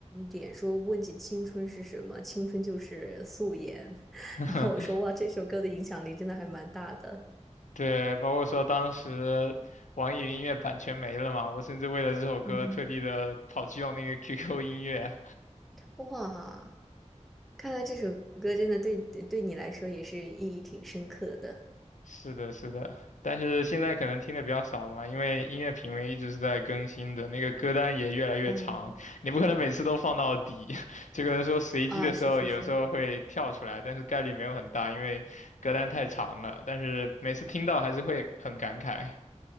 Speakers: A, in the centre; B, on the left.
A: 典，说问起青春是什么，青春就是素颜。<laughs>
B: <laughs>
A: 然后我说哇，这首歌的影响力真的还蛮大的。
B: 对，包括说当时网易云音乐版权没了嘛，我甚至为了这首歌特地的跑去用那个
A: 嗯哼，
B: QQ 音乐。
A: 哇，看来这首歌真的对对对你来说也是意义挺深刻的。
B: 是的，是的，但是现在可能听的比较少了嘛，因为音乐品味一直是在更新的，那个歌单也越来越长，
A: 嗯
B: 你不可能每次都放到底，<laughs> 就可能说随机的时候有时候会跳出来，
A: 啊，是是是，
B: 但是概率没有很大，因为歌单太长了，但是每次听到还是会很感慨。